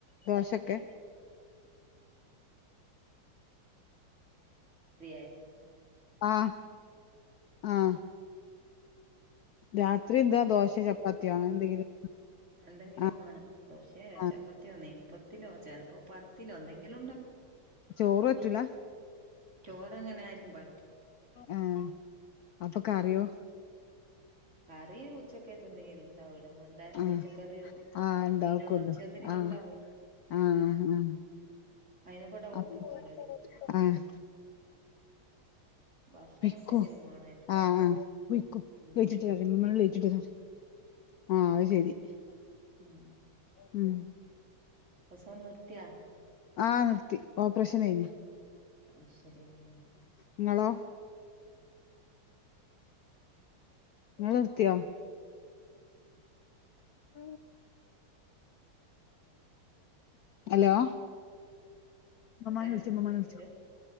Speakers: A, on the left; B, on the right.
A: ദോശൊക്കെ
B: റിയായ
A: ആഹ് ആഹ് രാത്രി എന്ത ദോശെ ചപ്പാത്തിയൊ അങ്ങനെ എന്തെങ്കിലും
B: എന്തെങ്കിലും
A: ആഹ്
B: മാണം ദോശേ
A: ആഹ്
B: ചപ്പത്തിയോ നെയ്പത്തലോ ചിലപ്പോ പത്തിലോ എന്തെങ്കിലും ഉണ്ടാക്കും
A: ചോറ് പറ്റൂല
B: ചോറ് അങ്ങനെയാരിക്കും പ
A: ആഹ് അപ്പൊ കറിയോ
B: കറി ഉച്ചക്കത്തെ എന്തെങ്കിലും ഉണ്ടാവല്ലോ നമ്മളെന്തായാലും
A: ആഹ്
B: പച്ചക്കറിയോ
A: ആഹ്
B: ഒരു
A: ഇണ്ടാക്കുള്ളൂ
B: മീനോ ഇറച്ചിയോ എന്തെങ്കിലും
A: ആഹ്
B: ഉണ്ടാവല്ലോ
A: ആഹ്
B: അയിനെക്കൂടെ അങ്ങ്
A: ആഹ്
B: ഒപ്പിക്കും
A: അപ്
B: കറി
A: ആഹ് ആഹ്
B: ഭക്ഷണം എന്തെങ്കിലും വേണായിരുന്നു
A: ആഹ് ആഹ്
B: ഉം
A: അത് ശരി
B: ഉം
A: ഉം
B: പ്രസവം നിർത്തിയാ
A: ആഹ് നിർത്തി ഓപ്പ്രേഷനേനി
B: അത് ശരി ഉം
A: ഇങ്ങളോ നിങ്ങളിർത്തിയോ ഉ ഹലോ ഉമ്മമ്മനെ
B: ആ
A: വിളിച്ചോ ഉമ്മമ്മനെ വിളിച്ചോ
B: ഇല്ല